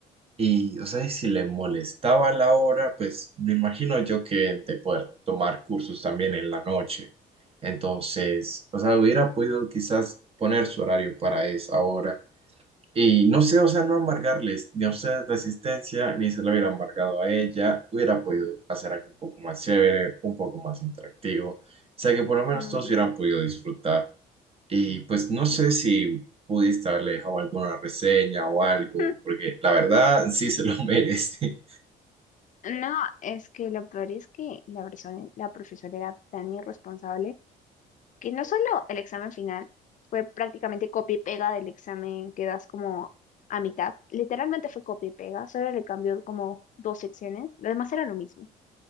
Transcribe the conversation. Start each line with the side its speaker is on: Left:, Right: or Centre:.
Right: Y, o sea, y si le molestaba la hora, pues me imagino yo que de poder tomar cursos también en la noche. Entonces, o sea, hubiera podido quizás poner su horario para esa hora y no sé, o sea, no amargarles ni a ustedes la existencia, ni se lo hubiera amargado a ella. Hubiera podido hacer algo un poco más chévere, un poco más interactivo. O sea, que por lo menos
Left: Ujú,
Right: todos hubieran podido disfrutar. Y pues no sé
Left: sí.
Right: si pudiste haberle dejado alguna reseña o algo,
Left: <laughs>
Right: porque la verdad sí se lo <laughs> merece.
Left: No, es que lo peor es que la persona, la profesora era tan irresponsable que no solo el examen final fue prácticamente copia y pega del examen que das como a mitad, literalmente fue copia y pega, solo le cambió como dos secciones, lo demás era lo mismo.